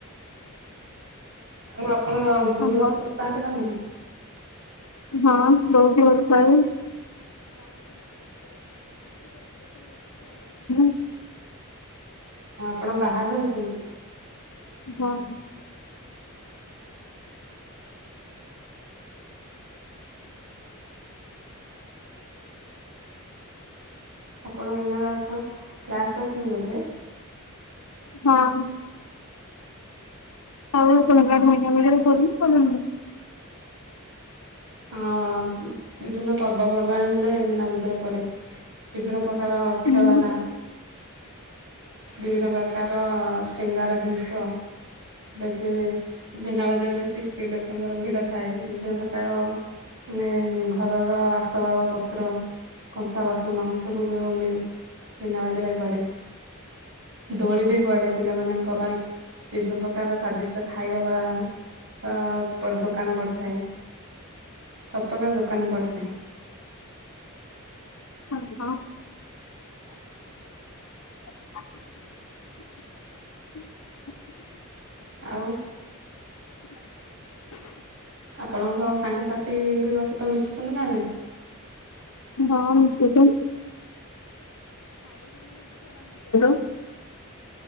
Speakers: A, on the right; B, on the left.
A: ଆଉ ଆପଣ ବୁଲିବାକୁ
B: ଆମ
A: ଭଲ ପାଆନ୍ତି ନା ନାହିଁ?
B: ହଁ ଭୋଉତୁ ଭଲ ପାଏ। <unintelligible>
A: ହଁ ଆପଣ ବାହାରେ ରହୁଛନ୍ତି ତାହେଲେ?
B: ହଁ ହଁ।
A: <inaudible> ଆପଣ ଏଇନା କଣ କ୍ଲାସ୍ ପ୍ଲାସ ନେବେ ବୋଧେ?
B: ହଁ। ଆଉ ଆପଣଙ୍କ ଆଡେ ମିନା ବଜାର ପଡେ ନା ପଡ଼େନି?
A: ହଁ ବିଭିନ୍ନ ପର୍ବପର୍ବାଣୀ ହେଲେ ମୀନା ବଜାର ପଡ଼େ। ବିଭିନ୍ନ ପ୍ରକାର
B: ହୁଁ
A: ଖେଳନା। ବିଭିନ୍ନ ପ୍ରକାର ଶ୍ରୀଙ୍ଗାର ଜିନିଷ। ବେଶୀ ମୀନା ବଜାରରେ ବେଶୀ ସ୍ତ୍ରୀ ଲୋକଙ୍କର ଭିଡ଼ ଥାଏ ବିଭିନ୍ନ ପ୍ରକାର ମାନେ ଘରର ଆସବାବ ପତ୍ର କଂସା ବାସନ ଏସବୁ ବି ମୀନା ବଜାର ରେ ପଡ଼େ। ଦୋଳି ବି ପଡେ ପିଲାମାନଙ୍କ ପାଇଁ, ବିଭିନ୍ନ ପ୍ରକାର ସ୍ଵାଦିଷ୍ଟ ତ ଖାଇବାବା ଦୋକାନ ପଡିଥାଏ। ସବୁପ୍ରକାର ଦୋକାନ ପଡ଼ିଥାଏ।
B: ଓହୋ <inaudible>
A: ଆଉ
B: <inaudible>
A: ଆପଣଙ୍କ ସାଙ୍ଗସାଥିଙ୍କ ସହିତ ମିଶୁଛନ୍ତି ନା ନାହିଁ?
B: ହଁ ମିଶୁଚି <unintelligible>